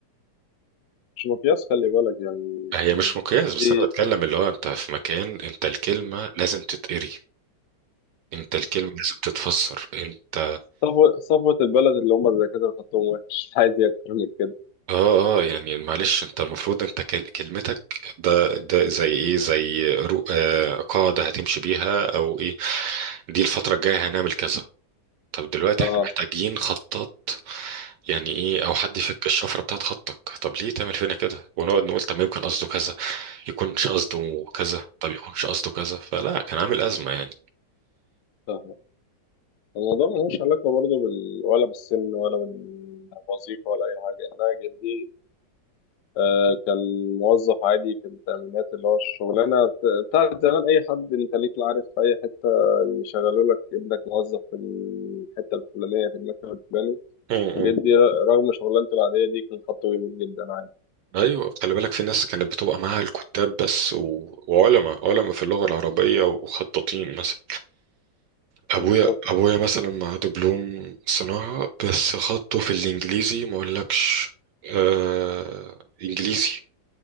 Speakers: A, on the left; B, on the right.
A: مش مقياس خلي بالك يعني
B: هي
A: أنا
B: مش مقياس
A: جدي
B: بس انا بتكلم اللي هو انت في مكان انت الكلمة لازم تتقري انت الكلمة لازم تتفسر انت
A: صفوة صفوة البلد اللي هم الدكاترة خطهم وحش عايز إيه أكتر من كده
B: اه اه يعني معلش انت المفروض انت كل- كلمتك ده ده زي ايه زي رو آه قاعدة هتمشي بيها او ايه دي الفترة الجاية هنعمل كذا طب دلوقتي
A: اه
B: احنا محتاجين خطات يعني ايه او حد يفك الشفره بتاعت خطك طب ليه تعمل فينا كده ونقعد نقول طب يمكن قصده كذا يكونش قصده كذا طب يكونش قصده كذا فلا كان عامل ازمه يعني
A: فاهم الموضوع ملوش علاقة برضه بال... ولا بالسن ولا بالوظيفة ولا أي حاجة أنا جدي آه كان موظف عادي في التأمينات اللي هو الشغلانة بت- بتاعت زمان أي حد أنت ليك عارف في أي حتة يشغلوا لك ابنك موظف في الحتة الفلانية في المكتب الفلاني
B: امم
A: جدي ر- رغم شغلانته العادية دي كان خطه جميل جدا عادي
B: ايوه خلي بالك في ناس كانت بتبقى معاها الكتاب بس و... وعلماء علماء في اللغه العربيه وخطاطين مثلا ابويا
A: بالظبط
B: ابويا مثلا معاه دبلوم صناعه بس خطه في الانجليزي ما اقولكش آه... انجليزي